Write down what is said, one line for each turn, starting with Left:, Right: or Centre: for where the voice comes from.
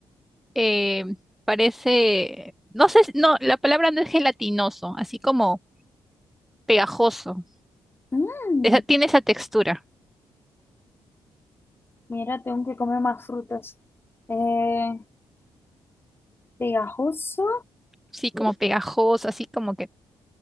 Centre: eh, parece, no sé, si- no, la palabra no es gelatinoso, así como pegajoso.
Left: Mm,
Centre: Esa- tiene esa textura,
Left: mira, tengo que comer más frutas. Eh, pegajoso,
Centre: sí, como pegajoso, así como que,